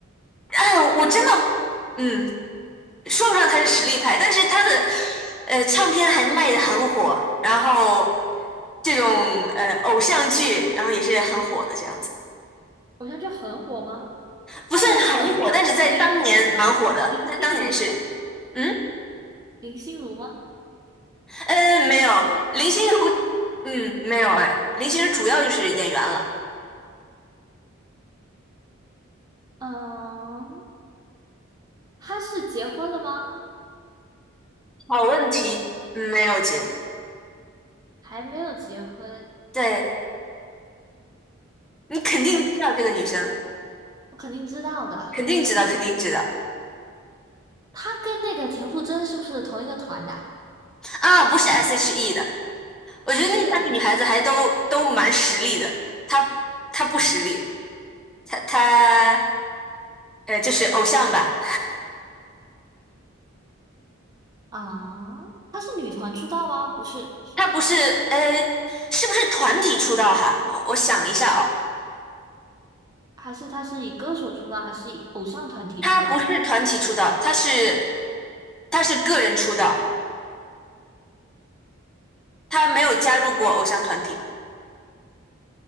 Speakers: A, in the centre; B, on the right (about 20°).
A: 哎呀，我真的，嗯，说不上他是实力派，但是他的呃唱片还卖的很火，然后这种呃偶像剧，然后也是很火的这样子，
B: 偶像剧很火吗？
A: 不算很火，
B: 那个林
A: 但是在当年蛮火的，
B: 林心如吗？
A: 在当年是，嗯
B: 林心如吗？
A: 呃没有林心如，嗯没有哎，林心如主要就是演员了。
B: 嗯，他是结婚了吗？
A: 好问题，嗯没有姐，
B: 还没有结婚，
A: 对你肯定知道这个女生，
B: 他我肯定知道的。
A: 肯定知道，肯定知道
B: 他跟那个田馥甄是不是同一个团的啊
A: 啊，不是 S.H.E 的。我觉得那三个女孩子还都都蛮实力的，
B: 不是哎，
A: 她她不实力，她她呃就是偶像吧，
B: 啊，他是女团出道吗？不是，
A: <laughs> 她不是呃是不是团体出道哈？我我想一下哦，
B: 还是他是以歌手出道，还是以偶像团体出道吧？
A: 她不是团体出道，她是她是个人出道，她没有加入过偶像团体，
B: 嗯，